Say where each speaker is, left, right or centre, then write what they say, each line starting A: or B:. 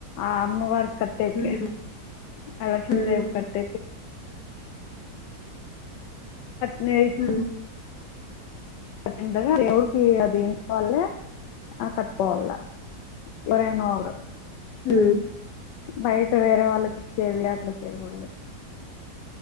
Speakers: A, on the left (about 85°); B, on the left (about 70°).
A: ఆ అమ్మవారి కట్టేకె
B: హ్మ్
A: ఆ లక్ష్మీదేవ్
B: హ్మ్
A: కట్ <unintelligible>
B: ఉ
A: ఎండగ ఎవరికి అది <unintelligible> ఆ కట్టుకోవాల <unintelligible>
B: ఉ
A: బయట వేరే వాళ్ళకి ఇచ్చేది అట్లా చేయకూడదు